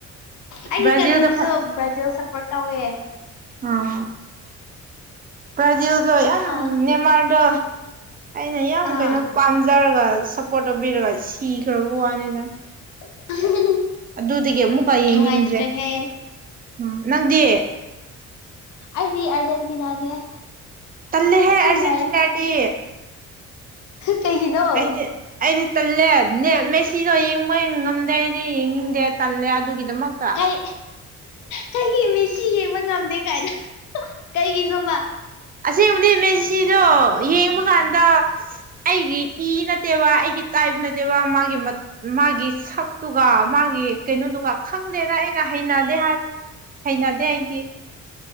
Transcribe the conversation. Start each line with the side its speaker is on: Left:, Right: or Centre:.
Left: ꯑꯩꯒꯤ
Right: ꯕ꯭ꯔꯥꯖꯤꯜꯗ
Left: ꯀꯖꯤꯟꯁꯨ
Right: ꯐ
Left: ꯕ꯭ꯔꯥꯖꯤꯜ ꯁꯞꯄꯣꯔꯠ ꯇꯧꯋꯦ
Right: ꯑꯥ꯫ ꯕ꯭ꯔꯥꯖꯤꯜꯗꯣ ꯌꯥꯝ
Left: ꯑꯥ
Right: ꯃꯦꯟꯃꯥꯔꯗꯣ ꯑꯩꯅ ꯌꯥꯝ
Left: ꯑꯥ
Right: ꯀꯩꯅꯣ ꯄꯥꯝꯖꯔꯒ ꯁꯞꯄꯣꯠꯇꯧꯕꯤꯔꯒ ꯁꯤꯈ꯭ꯔꯕ ꯋꯥꯅꯤꯗ꯫
Left: <inaudible>
Right: ꯑꯗꯨꯗꯒꯤ ꯑꯃꯨꯛꯀ ꯌꯦꯡꯅꯤꯡꯗ꯭ꯔꯦ
Left: ꯅꯨꯡꯉꯥꯏꯇ꯭ꯔꯦꯍꯦ
Right: ꯎꯝ ꯅꯪꯗꯤ
Left: ꯑꯩꯗꯤ ꯑꯥꯔꯖꯦꯟꯇꯤꯅꯥꯅꯦ
Right: ꯇꯜꯂꯦꯍꯦ
Left: ꯌꯥꯝ
Right: ꯑꯔꯖꯦꯟꯇꯤꯅꯥꯗꯤ
Left: ꯅꯨꯡꯉꯥꯏꯌꯦ ꯀꯗꯣ
Right: ꯑꯩꯗꯤ
Left: <unintelligible>
Right: ꯑꯩꯗꯤ ꯇꯜꯂꯦ ꯅꯦ ꯃꯦꯁꯤꯗꯣ ꯌꯦꯡꯕ ꯉꯝꯗꯦ ꯑꯩꯗꯤ ꯌꯦꯡꯅꯤꯡꯗꯦ ꯇꯜꯂꯦ ꯑꯗꯨꯒꯤꯗꯃꯛ
Left: ꯀꯩ ꯀꯩꯒꯤ ꯃꯦꯁꯤ ꯌꯦꯡꯕ ꯉꯝꯗꯦ ꯀꯥꯏꯅ꯫ ꯀꯩꯒꯤꯅꯣꯝꯕ꯫
Right: ꯑꯁꯦꯡꯕꯗꯤ ꯃꯦꯁꯤꯗꯣ ꯌꯦꯡꯕ ꯀꯥꯟꯗ ꯑꯩꯒꯤ ꯏ ꯅꯠꯇꯦꯕ ꯑꯩꯒꯤ ꯇꯥꯏꯐ ꯅꯠꯇꯦꯕ ꯃꯥꯒꯤ ꯃꯥꯒꯤ ꯁꯛꯇꯨꯒ ꯃꯥꯒꯤ ꯀꯩꯅꯣꯗꯨꯒ ꯈꯪꯗꯦꯅ ꯑꯩꯅ ꯍꯩꯅꯗꯦ ꯍꯥꯏ ꯫ ꯍꯩꯅꯗꯦ ꯑꯩꯗꯤ꯫